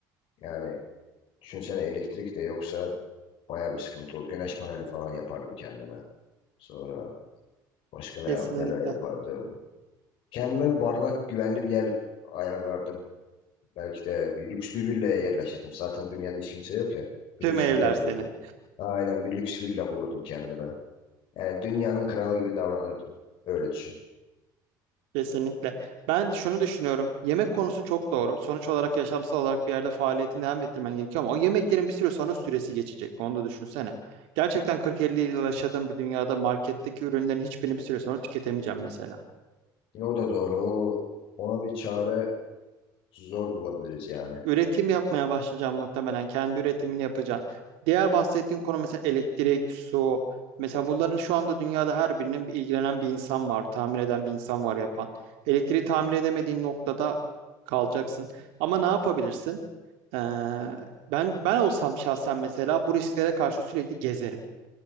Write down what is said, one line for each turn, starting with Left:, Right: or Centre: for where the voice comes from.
Left: Yani düşünsene elektrik de yoksa baya bir sıkıntı olur. Güneş paneli falan yapardım kendime. Sonra başka ne,
Right: Kesinlikle.
Left: neler yapardım? Kendime bir barınak güvenli bir yer ayarlardım. Belki de bir lüks bir villaya yerleşirdim. Zaten dünyada hiç kimse yok ya. Bir
Right: Tüm
Left: lüks
Right: evler
Left: villa bulurdum.
Right: senin.
Left: Aynen bir lüks villa bulurdum kendime. Yani dünyanın kralı gibi davranırdım. Öyle düşün.
Right: Kesinlikle. Ben şunu düşünüyorum. Yemek konusu çok doğru. Sonuç olarak yaşamsal olarak bir yerde faaliyetini devam ettirmen gerekiyor ama o yemeklerin bir süre sonra süresi geçecek. Onu da düşünsene. Gerçekten 40-50 yıl yaşadığım bir dünyada marketteki ürünlerin hiçbirini bir süre sonra tüketemeyeceğim mesela.
Left: Yine o da doğru. O, ona bir çare zor bulabiliriz yani.
Right: üretim yapmaya başlayacağım muhtemelen. Kendi üretimini yapacağım. Diğer bahsettiğin konu mesela elektrik, su. Mesela bunların şu anda dünyada her birinin bir ilgilenen bir insan var, tamir eden bir insan var yapan. Elektriği tamir edemediğin noktada kalacaksın. Ama ne yapabilirsin? Ee, ben ben olsam şahsen mesela bu risklere karşı sürekli gezerim.